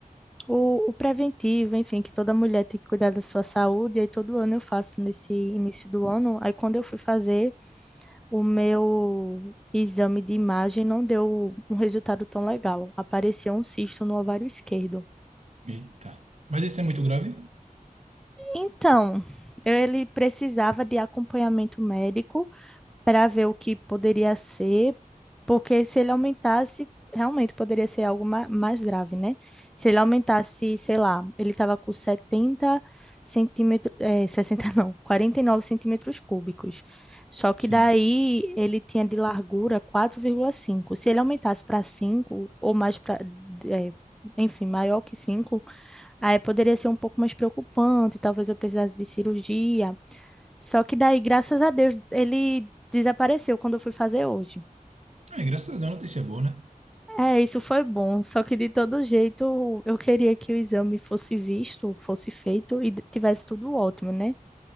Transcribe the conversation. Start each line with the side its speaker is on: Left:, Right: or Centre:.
Centre: o, o preventivo, enfim, que toda mulher tem que cuidar da sua saúde, aí todo ano eu faço nesse início do ano, aí quando eu fui fazer. O meu exame de imagem não deu um resultado tão legal. Apareceu um cisto no ovário esquerdo.
Right: Eita. Mas isso é muito grave?
Centre: Então, ele precisava de acompanhamento médico. para ver o que poderia ser, porque se ele aumentasse, realmente poderia ser algo ma- mais grave, né? Se ele aumentasse, sei lá, ele estava com 70 centímetros, é, <laughs> 60 não, 49 centímetros cúbicos. Só que
Right: Sim.
Centre: daí ele tinha de largura quatro vírgula cinco. Se ele aumentasse para 5 ou mais para, é, enfim, maior que 5, aí poderia ser um pouco mais preocupante, talvez eu precisasse de cirurgia. Só que daí, graças a Deus, ele desapareceu quando eu fui fazer hoje.
Right: Ah, graças a Deus, notícia boa, né?
Centre: É, isso foi bom, só que de todo jeito eu queria que o exame fosse visto, fosse feito e tivesse tudo ótimo, né?